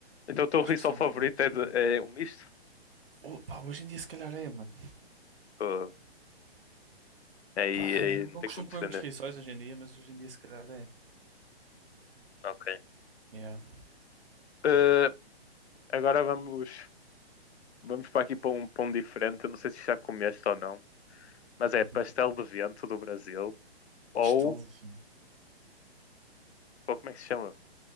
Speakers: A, on the left; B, on the right.
A: Então o teu
B: Acho
A: rissol
B: que são
A: favorito
B: uma opção.
A: é, de, é o misto?
B: Oh, pá, hoje em dia se calhar é, mano.
A: Uh, Aí,
B: Pá,
A: aí não
B: não
A: tem
B: costumo
A: como defender.
B: comer muitos rissóis hoje em dia, mas hoje em dia se calhar é.
A: Ok.
B: Yeah.
A: Eh, agora vamos, vamos para aqui para um pão diferente. Eu não sei se já comeste ou não, mas
B: Uhum.
A: é pastel de vento do Brasil ou,
B: Pastel de...
A: ou como é que se chama?